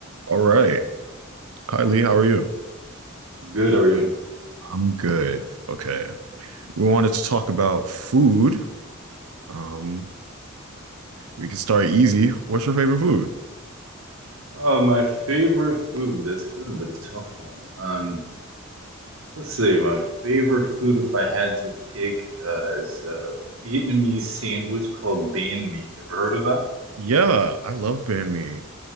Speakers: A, on the right; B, on the right.
A: All right. Hi, Lee. How are you?
B: Good, are you?
A: I'm good. Okay. We wanted to talk about food. Um, we can start easy. What's your favorite food?
B: Oh, my favorite food. That's kind of a tough one. Um, let's see. My favorite food, if I had to pick, uh, is a Vietnamese sandwich called banh mi. Ever heard of that?
A: Yeah, I love banh mi.